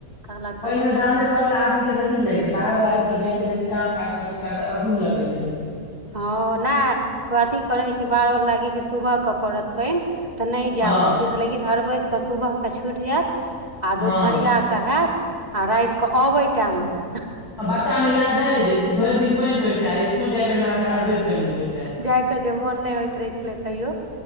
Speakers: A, on the right; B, on the left.
A: काला
B: पानि
A: काला
B: मे गामे
A: छै
B: घर वला आदमी के त नीक लगे छै बाहर वालला के ते जाय के रहे छै काम काज पर तऽ ओकरा त अबू लगे छै
A: हँ नहि अथी करै छै बारह लागि क सुबहके पड़त पानि तऽ नहि जायब
B: हँ
A: ऑफिस लेकिन अरवैद के सुबह के छुटि जायत आ
B: हँ
A: दुपहरिया के हत आ राइत कऽ आबै टाइम मे होत
B: आ बच्चा में याद अइ जे भरि दिन पानि पड़ितेै आ स्कुल जाय बेर मे अहाँके अरवैद कनि पड़ितै
A: जाइके जे मोन नहि होइत रहै छलै तैयो